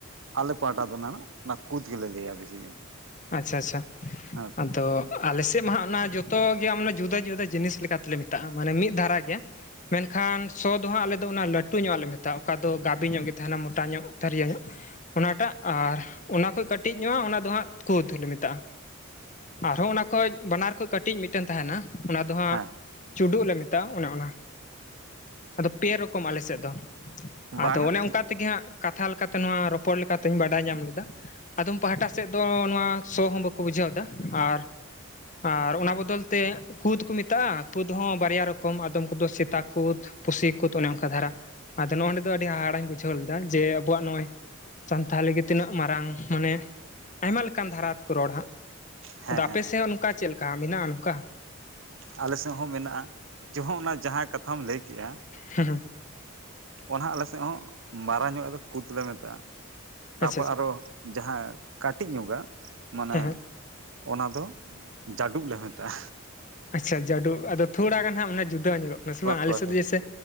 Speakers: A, on the right (about 70°); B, on the left (about 35°).
A: ᱟᱞᱮ ᱯᱟᱦᱴᱟ ᱫᱚ ᱱᱟᱱᱟᱜ ᱚᱱᱟ ᱠᱩᱫᱽ ᱜᱮᱞᱮ ᱞᱟᱹᱭᱟ ᱵᱮᱥᱤ
B: ᱟᱪᱪᱷᱟ ᱟᱪᱪᱷᱟ
A: ᱦᱮᱸ
B: ᱟᱫᱚ ᱟᱞᱮᱮᱥᱮᱜ ᱢᱟᱦᱟᱜ ᱚᱱᱟ ᱡᱚᱛᱚ ᱜᱮ <unintelligible> ᱡᱩᱫᱟᱹ ᱡᱩᱫᱟᱹ ᱡᱤᱱᱤᱥ ᱞᱮᱠᱟᱛᱮᱞᱮ ᱢᱮᱛᱟᱜ-ᱟ ᱢᱟᱱᱮ ᱢᱤᱫ ᱫᱷᱟᱨᱟ ᱜᱮ ᱢᱮᱱᱠᱷᱟᱱ ᱥᱚ ᱫᱚ ᱦᱟᱸᱜ ᱟᱞᱮ ᱫᱚ ᱚᱱᱟ ᱞᱟᱹᱴᱩ ᱧᱚᱜ-ᱟᱜ ᱞᱮ ᱢᱮᱛᱟᱜ-ᱟ ᱚᱠᱟ ᱫᱚ ᱜᱟᱵᱮ ᱧᱚᱜ ᱜᱮ ᱛᱟᱦᱮᱱᱟ ᱢᱚᱴᱟ ᱧᱚᱜ ᱛᱷᱟᱹᱨᱭᱟᱹ ᱧᱚᱜ ᱚᱱᱟᱴᱟᱜ ᱟᱨ ᱚᱱᱟ ᱠᱷᱚᱡ ᱠᱟᱹᱴᱤᱡ ᱧᱚᱜ-ᱟ ᱚᱱᱟ ᱫᱚ ᱦᱟᱸᱜ ᱠᱩᱫᱽ ᱦᱚᱞᱮ ᱢᱮᱛᱟᱜ-ᱟ ᱟᱨᱦᱚᱸ ᱚᱱᱟ ᱠᱷᱚᱡ ᱵᱟᱱᱟᱨ ᱠᱷᱟᱡ ᱠᱟᱹᱴᱤᱡ ᱢᱤᱫᱴᱟᱹᱱ ᱛᱟᱦᱮᱱᱟ ᱚᱱᱟ ᱫᱚ ᱦᱟᱸᱜ
A: ᱦᱮᱸ
B: ᱪᱩᱰᱩᱜ ᱞᱮ ᱢᱮᱛᱟᱜ-ᱟ ᱚᱱᱮ ᱚᱱᱟ ᱟᱫᱚ ᱯᱮ ᱨᱚᱠᱚᱢ ᱟᱞᱮ ᱥᱮᱜ ᱫᱚ ᱟᱫᱚ
A: ᱵᱟᱝᱟ
B: ᱚᱱᱮ ᱚᱝᱠᱟ ᱛᱮᱜᱮ ᱦᱟᱸᱜ ᱠᱟᱛᱷᱟ ᱞᱮᱠᱟᱛᱮ ᱱᱚᱣᱟ ᱨᱚᱯᱚᱲ ᱞᱮᱠᱟ ᱛᱮᱦᱮᱧ ᱵᱟᱰᱟᱭ ᱧᱟᱢ ᱞᱮᱫᱟ ᱟᱫᱚᱢ ᱯᱟᱦᱴᱟ ᱥᱮᱫ ᱫᱚ ᱱᱚᱣᱟ ᱥᱚ ᱦᱚᱸ ᱵᱟᱠᱚ ᱵᱩᱡᱷᱟᱹᱣ ᱫᱟ ᱟᱨ ᱟᱨ ᱚᱱᱟ ᱵᱚᱫᱚᱞ ᱛᱮ ᱠᱩᱫᱽ ᱠᱚ ᱢᱮᱛᱟᱜ-ᱟ ᱠᱩᱫᱽ ᱦᱚᱸ ᱵᱟᱨᱭᱟ ᱨᱚᱠᱚᱢ ᱟᱫᱚᱢ ᱠᱚᱫᱚ ᱥᱮᱛᱟ ᱠᱩᱫᱽ ᱯᱩᱥᱤ ᱠᱩᱫᱽ ᱚᱱᱮ ᱚᱱᱠᱟ ᱫᱷᱟᱨᱟ ᱟᱫᱚ ᱱᱚᱜ ᱚ ᱱᱚᱰᱮ ᱫᱚ ᱟᱹᱰᱤ ᱦᱟᱦᱲᱟᱹᱧ ᱵᱩᱡᱷᱟᱹᱣ ᱞᱮᱫᱟ ᱡᱮ ᱟᱵᱚᱣᱟᱜ ᱱᱚᱜ-ᱚᱭ ᱥᱟᱱᱛᱷᱟᱞᱤ ᱜᱮ ᱛᱤᱱᱟᱹᱜ ᱢᱟᱨᱟᱝ ᱢᱟᱱᱮ ᱟᱭᱢᱟ ᱠᱟᱱ ᱫᱷᱟᱨᱟ ᱛᱮᱠᱚ ᱨᱚᱲ ᱦᱟᱸᱜ
A: ᱦᱮᱸ
B: ᱟᱫᱚ ᱟᱯᱮᱥᱮᱜ
A: ᱦᱮᱸ ᱦᱮᱸ
B: ᱦᱚᱸ ᱱᱚᱝᱠᱟ ᱪᱮᱫ ᱞᱮᱠᱟ ᱢᱮᱱᱟᱜ-ᱟ ᱱᱚᱠᱟ
A: ᱟᱞᱮ ᱥᱮᱜ ᱦᱚᱸ ᱢᱮᱱᱟᱜ-ᱟ ᱡᱚᱦᱚᱜ ᱚᱱᱟ ᱡᱟᱦᱟᱸ ᱠᱟᱛᱷᱟᱢ ᱞᱟᱹᱭ ᱠᱮᱜ-ᱟ
B: ᱦᱮᱸ ᱦᱮᱸ
A: ᱚᱱᱟ ᱟᱞᱮ ᱥᱮᱜ ᱦᱚᱸ ᱢᱟᱨᱟᱝ ᱧᱚᱜᱟᱜ ᱫᱚ ᱠᱩᱫᱽ ᱞᱮ ᱢᱮᱛᱟᱜ-ᱟ ᱛᱟᱯᱚᱨ
B: ᱟᱪᱪᱷᱟ ᱟᱪᱪᱷᱟ
A: ᱟᱨᱚ ᱡᱟᱦᱟᱸ ᱠᱟᱹᱴᱤᱡ ᱧᱚᱜᱟᱜ ᱢᱟᱱᱮ
B: ᱦᱮᱸ ᱦᱮᱸ
A: ᱚᱱᱟ ᱫᱚ ᱡᱟᱹᱰᱩᱵ ᱞᱮ ᱢᱮᱛᱟᱜ-ᱟ
B: ᱟᱪᱪᱷᱟ ᱡᱟᱹᱰᱩᱜ ᱟᱫᱚ ᱛᱷᱚᱲᱟ ᱜᱟᱱ ᱦᱟᱸᱜ ᱢᱟᱱᱮ ᱡᱩᱫᱟᱹ ᱟᱡᱚᱢᱚᱜ ᱠᱟᱱᱟ ᱥᱮ
A: ᱦᱳᱭ
B: ᱵᱟᱝ ᱟᱞᱮᱥ
A: ᱦᱳᱭ
B: ᱥᱮᱫ
A: ᱦᱳᱭ
B: ᱫᱚ ᱡᱮᱭᱥᱮ